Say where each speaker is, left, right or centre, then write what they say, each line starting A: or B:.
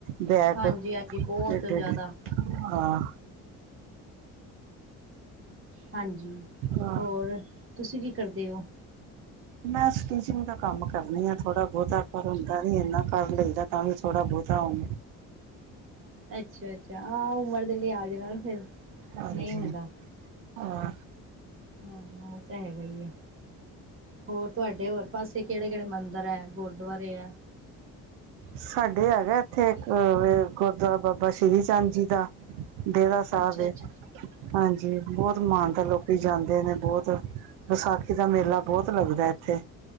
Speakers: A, on the right; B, on the right.
A: ਬੈਗ
B: ਹਾਂਜੀ ਹਾਂਜੀ ਬਹੁਤ
A: ਏਡੇ
B: ਜ਼ਿਆਦਾ
A: ਏਡੇ ਆਂ।
B: ਹਾਂਜੀ
A: ਹਾਂ।
B: ਹੋਰ ਤੁਸੀਂ ਕੀ ਕਰਦੇ ਔ।
A: ਮੈ ਸਟੀਚਿੰਗ ਦਾ ਕੰਮ ਕਰਨੀ ਆ, ਥੋੜਾ ਬਹੁਤਾ ਪਰ ਹੁੰਦਾ ਨੀ ਏਨਾ ਕਰ ਲਈ ਤਾਂ ਕਮ ਥੋੜਾ ਬਹੁਤਾ ਹੁ
B: ਅੱਛਾ ਅੱਛਾ ਆਹ ਉਮਰ ਦੇ ਲਿਆਜ ਨਾਲ ਫਿਰ
A: ਹਾਂਜੀ
B: ਨਹੀਂ ਹੁੰਦਾ।
A: ਹਾਂ
B: ਹਮ ਤਾਂ ਹੈਗਾ ਹੀ ਹੈ ਹੋਰ ਤੁਹਾਡੇ ਹੋਰ ਪਾਸੇ ਕਿਹੜੇ ਕਿਹੜੇ ਮੰਦਿਰ ਹੈ ਗੁਰਦੁਆਰੇ ਹੈ
A: ਸਾਡੇ ਹੈਗਾ ਇੱਥੇ ਇੱਕ ਗੁਰਦੁਆਰਾ ਬਾਬਾ ਸ੍ਰੀ ਚੰਦ ਜੀ ਦਾ ਡੇਰਾ ਸਾਹਿਬ
B: ਅੱਛਾ
A: ਦੇ
B: ਅੱਛਾ
A: ਹਾਂਜੀ ਬਹੁਤ ਮਾਨ ਤਾਂ ਲੋਕੀ ਜਾਂਦੇ ਨੇ ਬਹੁਤ ਵਿਸਾਖੀ ਦਾ ਮੇਲਾ ਬਹੁਤ ਲੱਗਦਾ ਇੱਥੇ